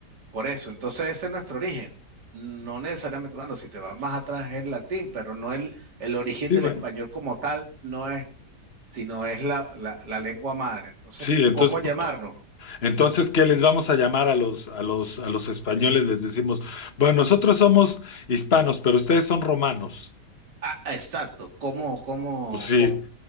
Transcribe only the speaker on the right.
Por eso, entonces ese es nuestro origen. No necesariamente, bueno, si te vas más atrás es el latín, pero no el, el origen
del
español como tal, no es, sino es la, la, la lengua madre. Entonces,
¿cómo llamarnos?
Ah, exacto, ¿cómo, cómo,
cómo,